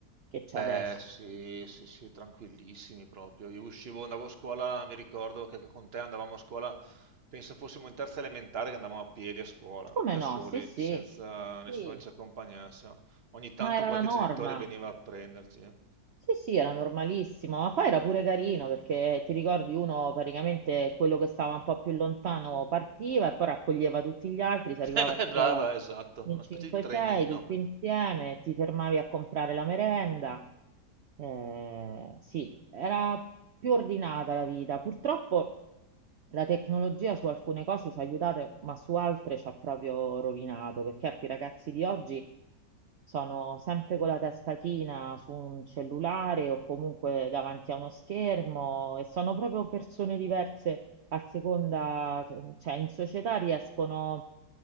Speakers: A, on the right; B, on the right.
A: che c'è
B: Beh,
A: adesso.
B: sì, sì, sì, tranquillissimi proprio. Io uscivo, andavo a scuola, mi ricordo che con te andavamo a scuola, penso fossimo in terza elementare che andavamo a piedi a scuola,
A: Come
B: da
A: no?
B: soli,
A: Sì, sì,
B: senza nessuno
A: Sì.
B: che ci accompagnasse. no? Ogni tanto
A: ma era
B: qualche
A: la norma.
B: genitore veniva a prenderci. Eh,
A: Sì, sì, era normalissimo, ma poi era pure carino perché ti ricordi uno praticamente quello che stava un po' più lontano partiva e poi raccoglieva tutti gli altri, si arrivava
B: <laughs> Eh, beh,
A: a scuola
B: brava, esatto,
A: in
B: una
A: 5-6
B: specie di trenino.
A: tutti insieme, ti fermavi a comprare la merenda. Eh, sì, era più ordinata la vita. Purtroppo la tecnologia su alcune cose ci ha aiutato, ma su altre ci ha proprio rovinato, perché ecco, i ragazzi di oggi sono sempre con la testa china su un cellulare o comunque davanti a uno schermo e sono proprio persone diverse a seconda, cioè in società riescono,